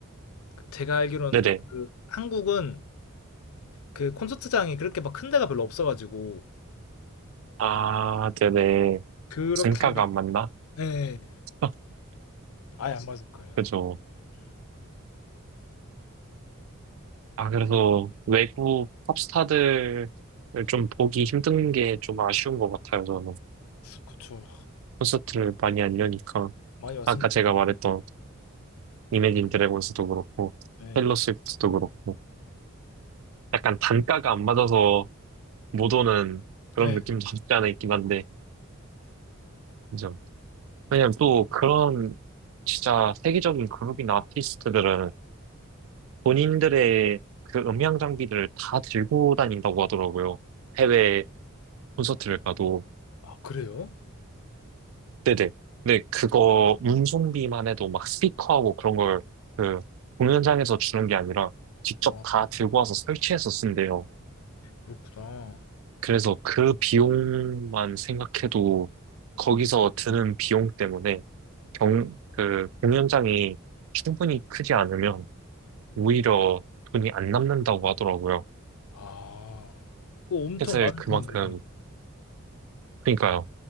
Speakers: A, on the left; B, on the right.
A: 그 제가 알기로는
B: 네네.
A: 또 그 한국은 그 콘서트장이 그렇게 막 큰 데가 별로 없어가지고
B: 아, 네네.
A: 그렇게
B: 생가가
A: 막
B: 안 맞나?
A: 예. 예.
B: <laughs>
A: 아예 안 맞을 거예요.
B: 그죠.
A: 아마.
B: 아, 그래서 외국 팝스타들을 좀 보기 힘든 게 좀 아쉬운 것 같아요, 저는.
A: 그쵸.
B: 콘서트를 많이 안 여니까.
A: 많이 왔으면
B: 아까 제가 말했던 이매진 드래곤스도 그렇고,
A: 예.
B: 테일러 스위프트도 그렇고, 약간 단가가 안 맞아서 못 오는 그런
A: 예.
B: 느낌도 없지 않아 있긴 한데, 그죠. 왜냐면 또 그런 진짜 세계적인 그룹이나 아티스트들은 본인들의 그 음향 장비들을 다 들고 다닌다고 하더라고요. 해외 콘서트를 가도.
A: 아, 그래요?
B: 네네. 근데 그거 운송비만 해도 막 스피커하고 그런 걸 그 공연장에서 주는 게 아니라 직접
A: 아,
B: 다 들고 와서 설치해서 쓴대요.
A: 그렇구나.
B: 그래서 그 비용만 생각해도 거기서 드는 비용 때문에 경, 그 공연장이 충분히 크지 않으면 오히려 돈이 안 남는다고 하더라고요.
A: 아. 그거 엄청
B: 폐쇄
A: 많을
B: 그만큼,
A: 텐데.
B: 그러니까요.